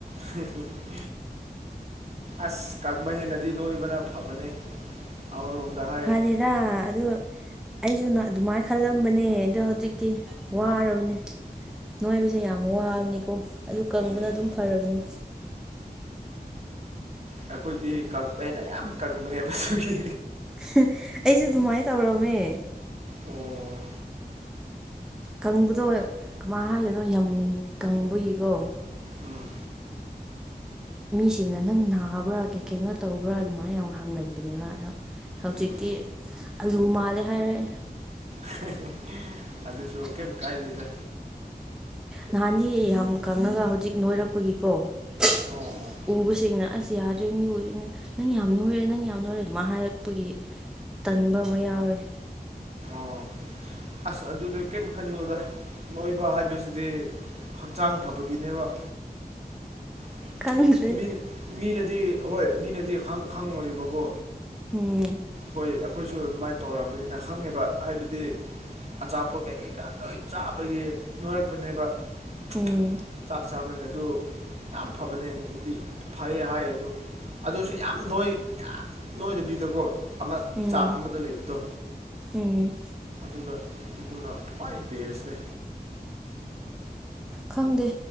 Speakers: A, on the right; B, in the centre.
A: <unintelligible> ꯑꯁ ꯀꯪꯕ ꯍꯦꯟꯅꯗꯤ ꯅꯣꯏꯕꯅ ꯐꯕꯅꯦ ꯑꯃꯔꯣꯝꯗ ꯍꯥꯏ
B: ꯐꯗꯦꯗ ꯑꯗꯨ ꯑꯩꯁꯨꯅ ꯑꯗꯨꯃꯥꯏ ꯈꯜꯂꯝꯕꯅꯦ ꯑꯗꯣ ꯍꯧꯖꯤꯛꯇꯤ ꯋꯥꯔꯕꯅꯦ ꯅꯣꯏꯕꯁꯦ ꯌꯥꯝ ꯋꯥꯕꯅꯤꯀꯣ ꯑꯗꯨ ꯀꯪꯕꯅ
A: ꯎꯝ
B: ꯑꯗꯨꯝ ꯐꯔꯕꯅꯦ
A: ꯑꯩꯈꯣꯏꯗꯤ ꯀꯥꯡꯄꯩꯅ ꯌꯥꯝ ꯀꯪꯕꯅꯦꯕ ꯑꯗꯨꯒꯤ
B: <unintelligible> ꯑꯩꯁꯨ ꯑꯗꯨꯃꯥꯏ ꯇꯧꯔꯝꯃꯦ
A: ꯑꯣ
B: ꯀꯪꯕꯗꯣ ꯀꯃꯥꯏ ꯍꯥꯏꯗꯣꯏꯅꯣ ꯌꯥꯝ ꯀꯪꯕꯒꯤꯀꯣ
A: ꯎꯝ
B: ꯃꯤꯁꯤꯡꯅ ꯅꯪ ꯅꯥꯕ꯭ꯔꯥ ꯀꯩ ꯀꯩꯅꯣ ꯇꯧꯕ꯭ꯔꯥ ꯑꯗꯨꯃꯥꯏ ꯌꯥꯝ ꯍꯪꯒꯟꯕꯅꯦꯕ ꯑꯗꯣ ꯍꯧꯖꯤꯛꯇꯤ
A: ꯎꯝ
B: ꯑꯂꯨ ꯃꯥꯜꯂꯦ ꯍꯥꯏꯔꯛꯑꯦ
A: <unintelligible> ꯑꯗꯨꯁꯨ ꯀꯩꯝ ꯀꯥꯏꯗꯦꯗ
B: ꯅꯍꯥꯟꯗꯤ ꯌꯥꯝ ꯀꯪꯉꯒ ꯍꯧꯖꯤꯛ ꯅꯣꯏꯔꯛꯄꯒꯤꯀꯣ <unintelligible>
A: ꯑꯣ ꯑꯣ
B: ꯎꯕꯁꯤꯡꯅ ꯑꯁ ꯌꯥꯗ꯭ꯔꯦ ꯃꯤ ꯎꯕꯖꯤꯡꯅ ꯅꯪ ꯌꯥꯝ ꯅꯣꯏꯔꯦ ꯅꯪ ꯌꯥꯝ ꯅꯣꯏꯔꯦ ꯑꯗꯨꯃꯥꯢ ꯍꯥꯏꯔꯛꯄꯒꯤ ꯇꯟꯕ ꯑꯃ ꯌꯥꯎꯔꯦ
A: ꯑꯣ ꯑꯁ ꯑꯗꯨꯗ ꯀꯩꯝ ꯈꯟꯅꯣꯗ ꯅꯣꯏꯕ ꯍꯥꯏꯕꯁꯤꯗꯤ ꯍꯛꯆꯥꯡ ꯐꯕꯒꯤꯅꯦꯕ <unintelligible>
B: ꯈꯪꯗ꯭ꯔꯦ
A: ꯃꯤ ꯃꯤꯅꯗꯤ ꯍꯣꯏ ꯃꯤꯅꯗꯤ ꯈꯪ ꯈꯪꯉꯣꯏꯑꯕꯀꯣ
B: ꯎꯝ
A: ꯍꯣꯏ ꯑꯩꯈꯣꯏꯁꯨ ꯑꯗꯨꯃꯥꯏ ꯇꯧꯔꯝꯕꯅꯤꯅ ꯈꯪꯉꯦꯕ ꯍꯥꯏꯕꯗꯤ ꯑꯆꯥꯄꯣꯠ ꯀꯩ ꯀꯩꯀꯥ ꯂꯣꯏ ꯆꯥꯕꯒꯤ ꯅꯣꯏꯔꯛꯄꯅꯦꯕ <unintelligible>
B: ꯎꯝ
A: ꯆꯥꯛ ꯆꯥꯅꯅ ꯑꯗꯨ ꯌꯥꯝ ꯐꯕꯅꯦ ꯑꯩꯗꯤ ꯐꯩꯌꯦ ꯍꯥꯏꯌꯦ ꯑꯗꯨ ꯑꯗꯨꯁꯨ ꯌꯥꯝ ꯅꯣꯏ ꯌꯥꯝ ꯅꯣꯏꯗꯕꯤꯗꯀꯣ ꯑꯃ
B: ꯎꯝ
A: ꯆꯥꯡ ꯑꯃꯗ ꯂꯩꯕꯗꯣ
B: ꯎꯝ
A: ꯑꯗꯨꯒ ꯑꯗꯨꯅ ꯈ꯭ꯋꯥꯏ ꯕꯦꯁꯅꯦ
B: ꯈꯪꯗꯦ